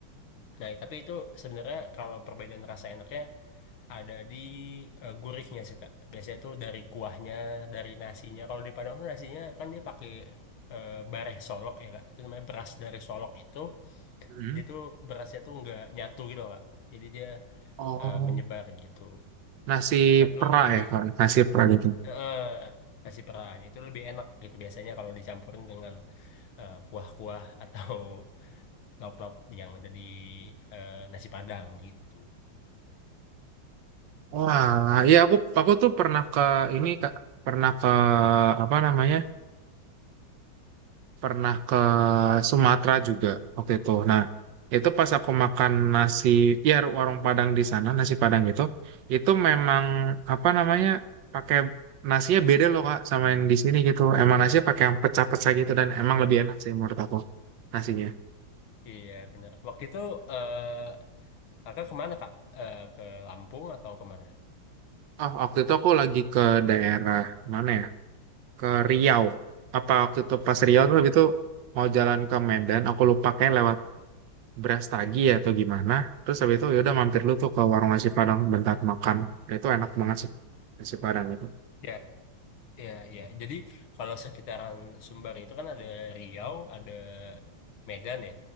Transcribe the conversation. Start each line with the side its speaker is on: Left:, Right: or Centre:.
Left: nah tapi itu sebenarnya kalau perbedaan rasa enaknya ada di eh, gurihnya sih Kak biasanya tuh dari kuahnya dari nasinya kalau di Padang tuh nasinya kan dia pakai eh, bareh solok ya Kak itu namanya beras dari solok itu
Right: Hmm.
Left: dia tuh berasnya tuh nggak nyatu gitu Kak jadi dia
Right: Oh,
Left: eh, menyebar gitu
Right: nasi
Left: nah itu
Right: pera
Left: lebih
Right: ya, Kak? nasi pera gitu.
Left: eh nasi perahnya itu lebih enak gitu biasanya kalau dicampurin dengan eh, kuah-kuah atau <laughs> lauk-lauk yang ada di eh, nasi Padang gitu.
Right: Wah, iya aku aku tuh pernah ke ini Kak, pernah ke apa namanya? Pernah ke Sumatera juga waktu itu. Nah, itu pas aku makan nasi ya warung Padang di sana, nasi Padang itu itu memang apa namanya? pakai nasinya beda loh Kak sama yang di sini gitu. Emang nasinya pakai yang pecah-pecah gitu dan emang lebih enak sih menurut aku. nasinya.
Left: Iya benar. Waktu itu eh kakak kemana kak? Eh, ke Lampung atau kemana?
Right: Oh, waktu itu aku lagi ke daerah mana ya? Ke Riau. Apa waktu itu pas Riau
Left: Hmm,
Right: tuh habis itu mau jalan ke Medan, aku lupa kayak lewat Brastagi ya atau gimana. Terus habis itu ya udah mampir lu tuh ke warung nasi Padang bentar makan. Ya, itu enak banget sih nasi Padang itu.
Left: ya, ya, ya. Jadi kalau sekitaran Sumbar itu kan ada Riau, ada Medan ya,